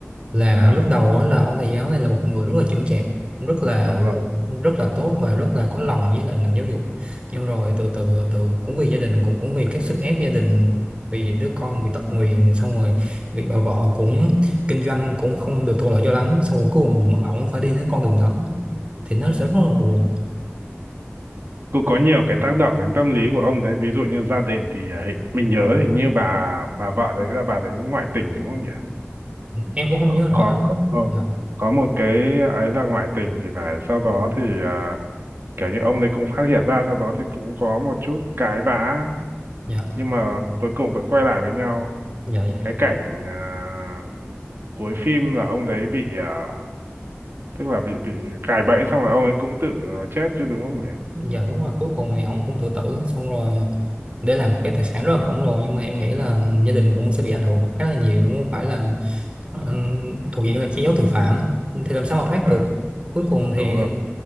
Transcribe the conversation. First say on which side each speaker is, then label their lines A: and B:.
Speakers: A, on the right; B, on the right.
A: Là
B: À
A: lúc đầu á là ông thầy giáo này là một người rất là chững chạc, rất là
B: đúng rồi.
A: rất là tốt và rất là có lòng với lại ngành giáo dục. Nhưng rồi từ từ từ từ cũng vì gia đình cũng cũng vì các sức ép gia đình vì đứa con bị tật nguyền xong rồi bị bà vợ cũng kinh doanh cũng không được thuận lợi cho lắm xong rồi cuối cùng ổng phải đi đến con đường đó thì nó sẽ rất là buồn
B: cũng có nhiều cái tác động đến tâm lý của ông đấy ví dụ như gia đình thì à, hình- mình nhớ thì như bà bà vợ đấy là bà đấy ngoại tình đúng không nhỉ
A: Ừ. em cũng không
B: có
A: nhớ rõ
B: có
A: lắm
B: có, ừ.
A: dạ
B: có một cái ấy là ngoại tình thì phải sau đó thì à, kiểu như ông đấy cũng phát hiện ra sau đó thì cũng có một chút cãi vã
A: dạ
B: nhưng mà cuối cùng vẫn quay lại với nhau
A: dạ dạ
B: cái
A: dạ
B: cảnh à, cuối phim là ông đấy bị à, tức là bị bị gài bẫy xong rồi ông ấy cũng tự à, chết chứ đúng không nhỉ
A: dạ đúng là cuối cùng thì ổng cũng tự
B: Ừ.
A: tử xong rồi để làm một cái tài sản rất là khổng lồ nhưng mà em nghĩ là gia đình cũng sẽ bị ảnh hưởng khá là nhiều không phải
B: à,
A: là ờ, thuộc diện là che giấu tội phạm thì làm sao mà thoát
B: à,
A: được cuối cùng thì
B: đúng rồi